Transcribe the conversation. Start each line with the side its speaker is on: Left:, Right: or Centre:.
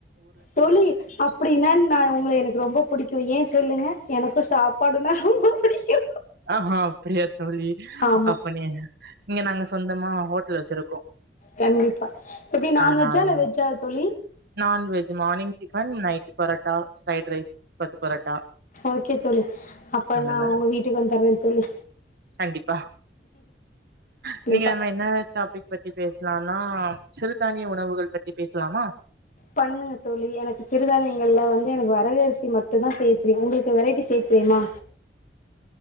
Left: தோழி அப்டின்னா நா உங்கள எனக்கு ரொம்ப புடிக்கு ஏ சொல்லுங்க எனக் க்கு சாப்பாடுனா ரொம்ப புடிக்கு
Right: ஆஹா அப்டியா தோழி
Left: ஆமா
Right: அப்படியா இங்க நாங்க சொந்தமா ஹோட்டல் வச்சிருக்கோ
Left: கண்டிப்பா எப்டி நான்வெஜ்ஜா
Right: அதனால
Left: இல்ல வெஜ்ஜா தோழி
Right: non veg morning tiffin night parotta fried rice கொத்து பரோட்டா
Left: ஓகே தோழி அப்ப
Right: அந்த
Left: நா
Right: மாரி
Left: உங்க வீட்டுக்கு வந்துட்றே தோழி
Right: கண்டிப்பா
Left: கண்டிப்பா
Right: இன்னைக்கி நம்ம என்ன டாப்பிக் பிக் பத்தி பேசலான்னா சிறுதானிய உணவுகள் பத்தி பேசலாமா
Left: பண்ணுங்க தோழி எனக்கு சிறுதானியங்கள்ல வந்து எனக்கு வரகரிசி மட்டுந்தா செய்ய தெரியு உங்களுக்கு வெரைட்டி செய்ய தெரியுமா